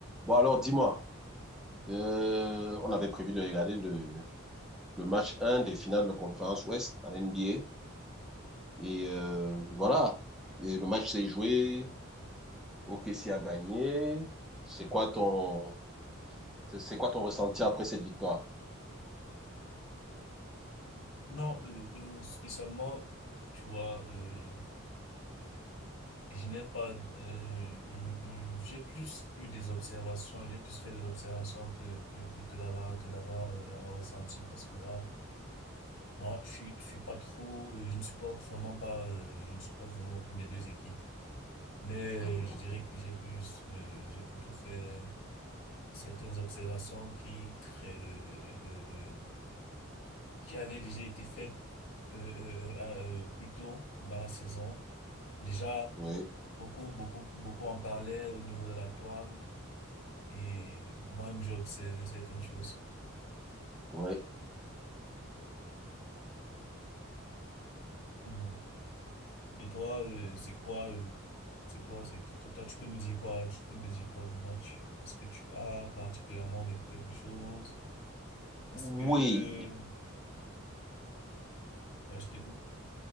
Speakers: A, in the centre; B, on the left.
A: Bon, alors dis-moi, euh, on avait prévu de regarder le, le match un des finales de la conférence Ouest en NBA. Et euh, voilà, et le match s'est joué, OKC a gagné. C'est quoi ton, c'est c'est quoi ton ressenti après cette victoire?
B: Non, euh, euh, spécialement, tu vois, euh, je n'ai pas, euh, euh, euh, j'ai plus eu des observations, j'ai plus fait des observations que que que, que d'avoir que d'avoir euh, un ressenti, parce que là, moi, je suis je suis pas trop, euh, je ne supporte vraiment pas, euh, je ne supporte vraiment aucune des deux équipes, mais
A: Mhm.
B: euh, je dirais que j'ai plus, euh, j'ai plutôt fait certaines observations qui très euh, euh, euh, euh, qui avait déjà été faite euh, euh, euh, euh, euh, plus tôt dans la saison. Déjà,
A: Oui,
B: beaucoup, beaucoup, beaucoup en parlaient au niveau de la toile et moi-même, j'ai observé certaines choses.
A: oui.
B: Mhm. Et toi, euh, c'est quoi, euh, c'est quoi, c'est, toi, toi, tu peux me dire quoi, tu peux me dire quoi du match? Est-ce que tu as particulièrement vécu quelque chose? Est-ce
A: Oui,
B: que, ouais, je t'écoute.